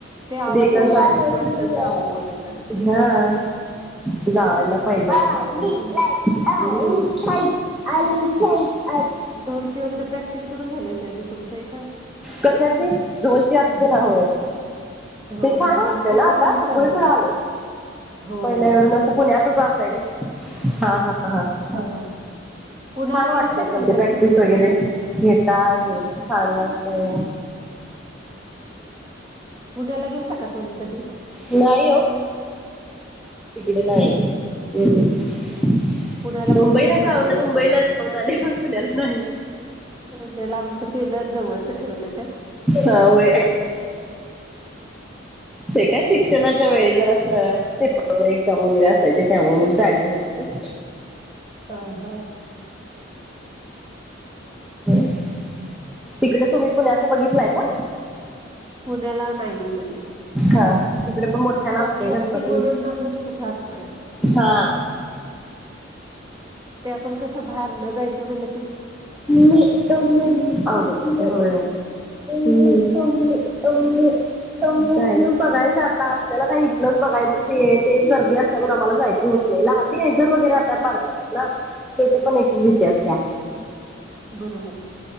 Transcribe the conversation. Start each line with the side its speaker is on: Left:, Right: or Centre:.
Right: ते आवाज
Centre: एकदा
Right: यायला
Centre: जाय
Right: की, कि वाटत जावं बघायला.
Centre: हा, जावायला पाहिजे अस वाटत.
Right: हो
Centre: हम्म. आली थँ <inaudible>
Right: ढोलची वगैरे प्रॅक्टिस सुरू झाली असेल की तुमच्या इथं.
Centre: कशाची, ढोलचे असते
Right: ढोलची
Centre: ना होय.
Right: होय
Centre: ते छान वाजते
Right: आमच्या
Centre: ना,
Right: इथं
Centre: आता
Right: झाली
Centre: सगळीकडे
Right: चालू
Centre: आले.
Right: हो
Centre: पहिल्या एवढं नसतं, पुण्यातच असायच, हा हा. ह
Right: हो. पुण्याला
Centre: छान
Right: गेलता
Centre: वाटतय
Right: तुम्ही
Centre: पण ते
Right: कधी
Centre: प्रॅक्टिस वगैरे
Right: बघायला
Centre: घेत. ढाल ढोल छान वाजतेय.
Right: पुण्याला गेलता का? तुम्ही कधी.
Centre: नाही हो. तिकडे नाही, अहम्म्.
Right: पुण्याला
Centre: मुंबईला
Right: पण खूप
Centre: जाऊ
Right: गर्दी
Centre: ना,
Right: राहते
Centre: मुंबईला जाऊन आले, पण पुण्याला नाही.
Right: म्हणजे लांबचं केलंन, वळचं ठेवलं का?
Centre: हा होय. ते काय, शिक्षणाच्या वेळी जरासं ते, एक्झाम वगैरे असायचे, त्यामुळे मग जायना होत.
Right: ह ह
Centre: <unintelligible> तिकडे तुम्ही, पुण्याच बघितलंय का?
Right: पुण्याला नाही गेले मी.
Centre: हा हा तिकडे पण मोठ्यान
Right: गर्दी असते
Centre: गणपती
Right: म्हणून, जात नाही.
Centre: हा
Right: ते आपण कसं, भायरन जायचं म्हणले
Centre: मटम म अघड कत हो आहे <unintelligible> तुम्ही तुम्ही तुम्ही हम्म. <inaudible> बघायच आता आपल्याला काही इथलंच बघायचं ते तेच गर्दी असल्यामुळेण, आम्हाला जायचं होत नाही, लहान लेझर वगैरे आता पाडतात ना, त्याच पण एक भीती असतेया.
Right: बरोबरे.